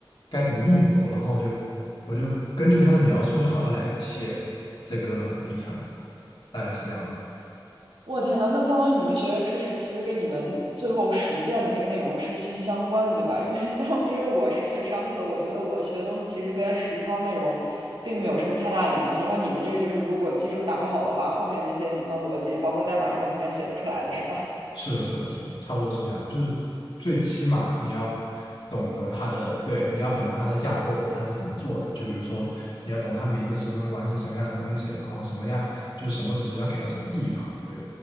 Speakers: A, on the left; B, on the right.
A: 该怎么运作，然后我就我就根据他的描述，然后来写这个底层，大概是这样子。
B: 我天呐，那相当于你们学的知识其实跟你们最后实践的那个内容是息息相关的，对吧？因为当因为我是学商科，我觉得我学的东西其实跟实操内容并没有什么太大联系。然后你们这个就是，如果基础打不好的话，后面那些底层逻辑，包括代码是完全写不出来的，是吧？<laughs>
A: 是的，是的，是的，差不多是这样。就是最起码你要懂得它的，对，你要懂得它的架构，它是怎么做的。就比如说，你要懂它每一个时钟完成什么样的东西，然后什么样就是什么值要给到什么地方，对，